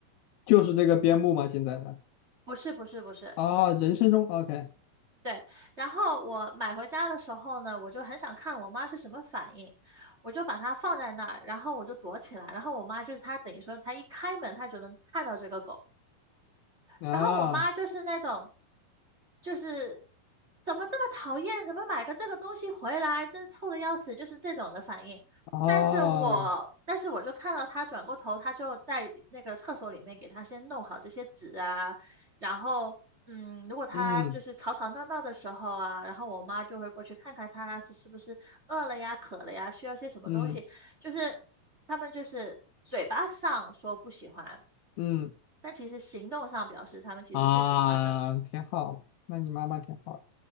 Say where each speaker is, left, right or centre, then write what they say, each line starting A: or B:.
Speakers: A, on the left; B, on the right.
A: 就是这个边牧吗？现在的
B: 不是不是不是，
A: 啊，人生中 OK
B: 对，然后我买回家的时候呢，我就很想看我妈是什么反应，我就把它放在那儿，然后我就躲起来，然后我妈就是她等于说她一开门，她就能看到这个狗。
A: 啊
B: 然后我妈就是那种，就是怎么这么讨厌，怎么买个这个东西回来，真臭的要死，就是这种的反应。
A: 哦，
B: 但是我，但是我就看到她转过头，她就在那个厕所里面给她先弄好这些纸啊，然后，嗯，如果她就是吵吵闹闹的时候啊，
A: 嗯
B: 然后我妈就会过去看看她是是不是饿了呀、渴了呀，需要些什么东西，
A: 嗯
B: 就是他们就是嘴巴上说不喜欢。
A: 嗯
B: 但其实行动上表示他们其实是喜欢的。
A: 啊，挺好。那你妈妈挺好，